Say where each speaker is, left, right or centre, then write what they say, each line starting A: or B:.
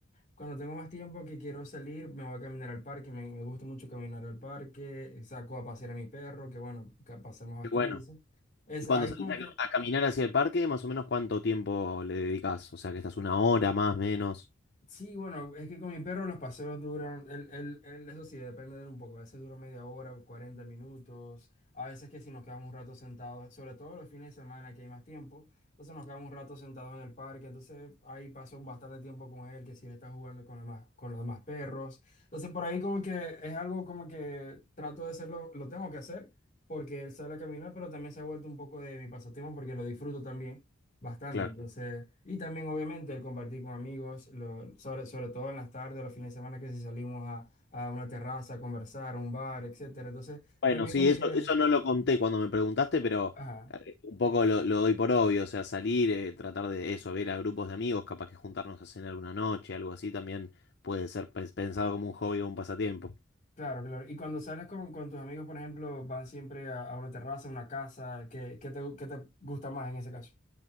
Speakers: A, on the left; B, on the left.
A: Cuando tengo más tiempo que quiero salir, me voy a caminar al parque. Me, me gusta mucho caminar al parque. Saco a pasear a mi perro, que bueno, que pasamos bastante,
B: Qué bueno.
A: ¿sí? Es
B: Y cuando
A: ahí
B: salís
A: como
B: a,
A: que
B: cam- a caminar hacia el parque, más o menos cuánto tiempo le dedicas, o sea que estás una hora más, menos,
A: Sí, bueno, es que con mi perro los paseos duran, él, él- él, eso sí, depende de él un poco, a veces dura media hora, 40 minutos, a veces que si nos quedamos un rato sentados, sobre todo los fines de semana que hay más tiempo, entonces nos quedamos un rato sentados en el parque, entonces ahí paso bastante tiempo con él, que si él está jugando con, demás- con los demás perros, entonces por ahí como que es algo como que trato de hacerlo, lo tengo que hacer, porque él sale a caminar, pero también se ha vuelto un poco de mi pasatiempo porque lo disfruto también. Bastante,
B: claro.
A: entonces, y también obviamente el compartir con amigos, lo- sobre, sobre todo en las tardes, o los fines de semana que si salimos a, a una terraza a conversar, a un bar, etcétera. Entonces,
B: Bueno,
A: también
B: sí,
A: como
B: eso,
A: que,
B: eso no lo conté cuando me preguntaste, pero
A: ajá,
B: eh, un poco lo, lo doy por obvio, o sea, salir, eh, tratar de eso, ver a grupos de amigos, capaz que juntarnos a cenar una noche, algo así, también puede ser pe- pensado como un hobby o un pasatiempo.
A: claro, claro. Y cuando sales con, con tus amigos, por ejemplo, van siempre a, a una terraza, a una casa, ¿qué, qué te, qué te gusta más en ese caso?